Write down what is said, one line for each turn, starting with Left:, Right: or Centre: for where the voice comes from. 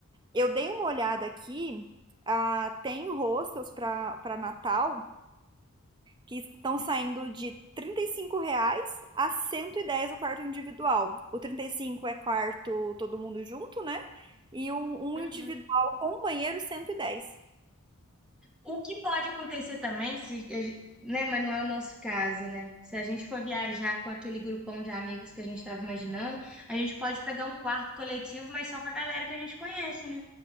Right: Eu dei uma olhada aqui, ah, tem hostels para para Natal que estão saindo de R$ 35 reais a 110 o quarto individual. O 35 é quarto todo mundo junto, né? E o- um
Centre: Uhum.
Right: individual com banheiro 110.
Centre: O que pode acontecer também, se, a gen- né, mas não é o nosso caso, né? Se a gente for viajar com aquele grupão de amigos que a gente estava imaginando, a gente pode pegar um quarto coletivo, mas só com a galera que a gente conhece, né?